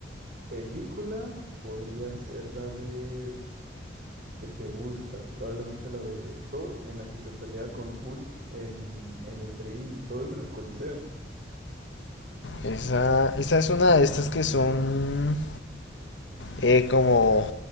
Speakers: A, on the right; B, on the left.
A: Película podría ser la de ¿Qué te gusta? Probablemente la de Thor, en la que se pelea con Hulk en, en el ring y todo eso en el Coliseo.
B: Esa, esa es una de estas que son eh, como...